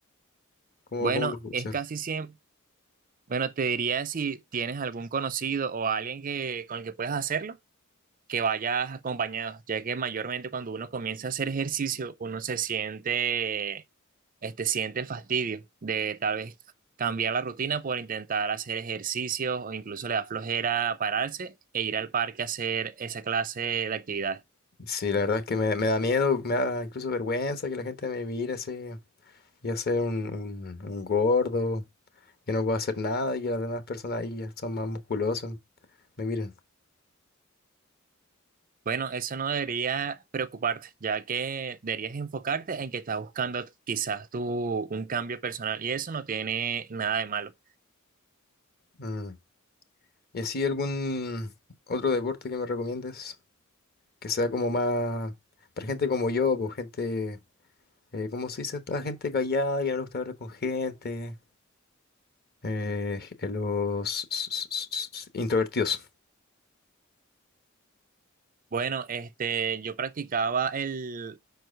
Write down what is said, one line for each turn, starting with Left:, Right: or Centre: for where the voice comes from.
Left: ¿Cómo,
Right: Bueno,
Left: cómo lo puedo
Right: es
Left: hacer?
Right: casi siempre, bueno, te diría si tienes algún conocido o alguien que, con el que puedas hacerlo que vayas acompañado, ya que mayormente cuando uno comienza a hacer ejercicio, uno se siente, este, siente el fastidio de tal vez cambiar la rutina por intentar hacer ejercicio o incluso le da flojera pararse e ir al parque a hacer esa clase de actividad.
Left: Sí, la verdad es que me, me da miedo, me da incluso vergüenza que la gente me mire así Ya sea un, un, un gordo. que no puedo hacer nada y que las demás personas ahí ya son más musculosas, me miren.
Right: Bueno, eso no debería preocuparte, ya que deberías enfocarte en que estás buscando quizás tú un cambio personal y eso no tiene nada de malo.
Left: Mm. ¿Y así algún otro deporte que me recomiendes que sea como más para gente como yo, pues gente, eh, ¿cómo se dice esta gente callada que no le gusta hablar con gente? Eh, eh, los s- s- s- s- introvertidos.
Right: Bueno, este, yo practicaba el